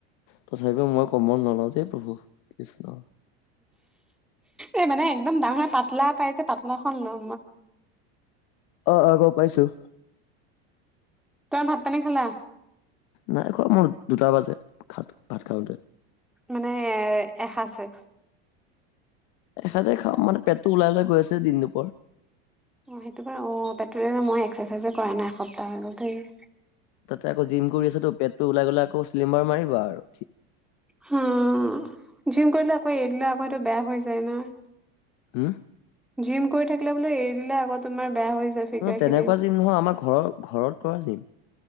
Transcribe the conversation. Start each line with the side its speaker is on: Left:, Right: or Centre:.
Left: তথাপিও মই কম্বল নলওঁ দেই প্ৰভু। কৃষ্ণ
Centre: এই মানে একদম ডাঙৰ পাতলা পাই যে পাতলা লাখনল <unintelligible>
Left: অহ, অহ', গম পাইছোঁ।
Centre: তই ভাত পানি খালা?
Left: নাই খোৱাঁ মোৰ দুটা বাজে, ভাত, ভাত খাওঁতে।
Centre: মানে এসাঁচ এ।
Left: এসাজে খাওঁ মানে পেটতোওলাই ওলাই গৈ আছে দিন দুপৰত।
Centre: অহ, সেইটো অহ। পেট্ৰ মই এক্সাৰচাইজো কৰা নাই এসপ্তাহ আগত হৈ গ'ল তে।
Left: তাতে আকৌ জিম কৰি আছো তো। পেটটো ওলাই গ'লে আকৌ চিলিম বাৰ মাৰিব আৰু।
Centre: হম,। জিম কৰিলে আকৌ এৰিদিলে আকৌ সেইটো বেয়া হৈ যায় ন'।
Left: উহ।
Centre: জিম কৰি থাকিলে বোলো এৰি দিলে আকৌ তোমাৰ বেয়া হৈ যায়। ফিগাৰ
Left: অহ, তেনেকুৱাঁ
Centre: খিনি
Left: জিম নহয়। আমাৰ ঘৰত, ঘৰত কৰা জিম।